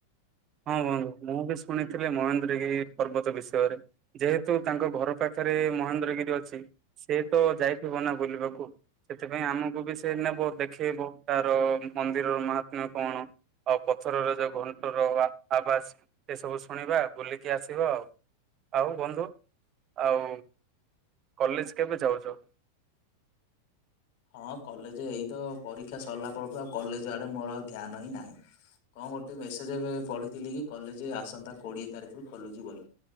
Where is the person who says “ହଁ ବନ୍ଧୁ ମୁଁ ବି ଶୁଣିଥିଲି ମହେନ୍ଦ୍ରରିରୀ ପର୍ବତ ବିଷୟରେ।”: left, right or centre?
Right